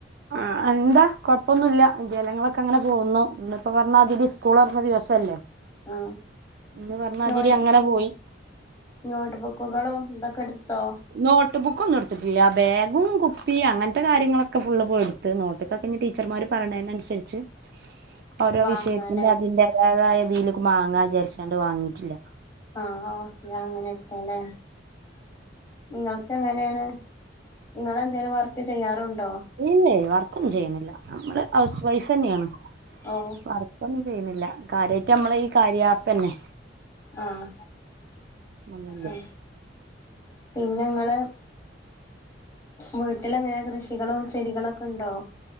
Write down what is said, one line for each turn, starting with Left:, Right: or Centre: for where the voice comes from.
Right: ആ എന്താ കുഴപ്പം ഒന്നുമില്ല വിദ്യാലയങ്ങളൊക്കെ അങ്ങനെ പോകുന്നു ഇന്നിപ്പോ പറഞ്ഞ മാതിരി സ്കൂൾ തുറന്ന ദിവസല്ലേ
Left: ആ
Right: ഇന്ന് പറഞ്ഞ മാതിരി
Left: നോട്ട്
Right: അങ്ങനെ പോയി
Left: നോട്ട് ബുക്കുകളും ഇതൊക്കെ എടുത്തോ
Right: നോട്ട് ബുക്ക്‌ ഒന്നും എടുത്തിട്ടില്ല ബാഗും കുപ്പിയും അങ്ങനത്തെ കാര്യങ്ങളൊക്കെ ഫുള്ള് പോയി എടു ത്ത് നോട്ടുക്കൊക്കെ ഇഞ്ഞി ടീച്ചർമാര് പറയതിനനുസരിച്ച് ഓരോ
Left: വാങ്ങാല്ലേ
Right: വിഷയത്തിന്റെ അതിന്റെ എതായിതിൽക്ക് മാങ്ങാചാരിച്ചാണ്ട് വാങ്ങിട്ടില്ല
Left: ആഹ് അഹ് ഇഞ്ഞി അങ്ങനെക്കെല്ലേ ഇങ്ങൾക്ക് എങ്ങനെണ് ഇങ്ങളേന്തേലും വർക്ക് ചെയ്യാറുണ്ടോ
Right: ഇല്ലയ് വർക്കും ചെയ്യുന്നില്ല നമ്മള് ഹൗസ് വൈഫ്ന്നെയാണ്
Left: ഓഹ്
Right: വർക്കൊന്നും ചെയ്യുന്നില്ല കാര്യയിട്ട് നമ്മള ഈ കാര്യപ്പന്നെ
Left: ആഹ്
Right: ഒന്നുമില്ല
Left: ആ പിന്നെ ഇങ്ങള് വീട്ടിലെങ്ങനെ കൃഷികളും ചെടികളൊക്കെ ഉണ്ടോ